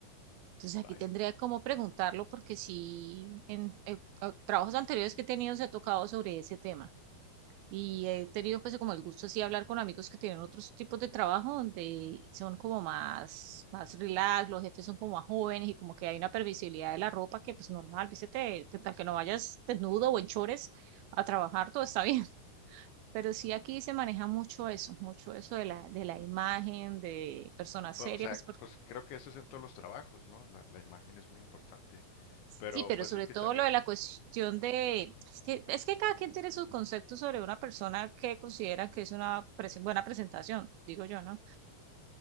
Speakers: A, on the right; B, on the left.
A: Entonces
B: Vaya.
A: aquí tendría como preguntarlo porque sí, en, en, eh, trabajos anteriores que he tenido se ha tocado sobre ese tema. Y he tenido pues como el gusto así de hablar con amigos que tienen otros tipos de trabajo donde son como más, más relax, los jefes son como más jóvenes y como que hay una permisibilidad de la ropa que pues normal, vístete, que tal que no vayas desnudo o en chores a trabajar, todo está <laughs> bien. Pero sí aquí se maneja mucho eso, mucho eso de la, de la imagen, de personas
B: Bu-
A: serias,
B: O sea,
A: pues porque-
B: pues creo que eso es en todos los trabajos, ¿no? La, la imagen es muy importante.
A: sí,
B: Pero
A: pero
B: pues
A: sobre
B: es que
A: todo
B: también,
A: lo de la cuestión de, es que, es que cada quien tiene sus conceptos sobre una persona que considera que es una presen- buena presentación, digo yo, ¿no?